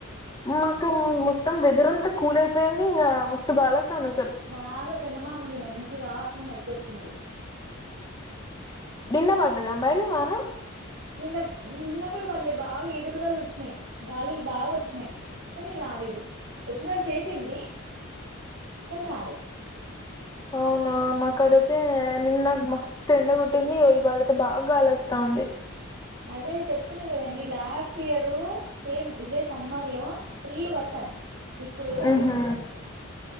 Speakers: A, on the left; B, on the right.
A: మాకు మొత్తం వెదర్ అంత కూల్ అయిపోయింది ఇంగా మస్తు గాలి వస్తాంది
B: బాగా చందమామ ఉంది మంచిగా హాఫ్ మూన్ వచ్చేసింది
A: నిన్న పడ్డదా మరి వానా
B: నిన్న నిన్న వాళ్ళ బాగా ఈదురుగాలులు వచ్చినాయ్ గాలులు బాగా వచ్చినాయ్ కానీ రాలేదు వచ్చినటు చేసింది కానీ రాలే
A: అవునా మకాడ ఐ తే నిన్న నాక్ మస్త్ ఎండ కొట్టింది ఇగా ఇవాళ అయితే బాగా గాలేస్తుంది
B: అదే చెప్తున్నా కదండి లాస్ట్ ఇయరు సేమ్ ఇదే సమ్మర్ లో ఫుల్ వర్షం ఇప్పుడు కూడా అదే
A: ఊహూ